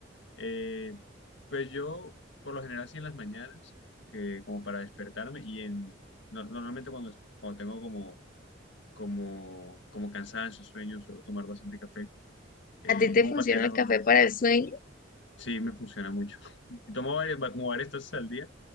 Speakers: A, on the left; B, on the left.
A: Eh, pues yo, por lo general, así en las mañanas, que como para despertarme y en, no- normalmente cuando, cuando tengo como como, como cansancio, sueño, suelo tomar bastante café. Eh,
B: ¿A ti te
A: como
B: funciona
A: para seguir la
B: el
A: jornada?
B: café para el sueño?
A: Sí, me funciona mucho. <laughs> Y Tomo varias, va- como varias tazas al día.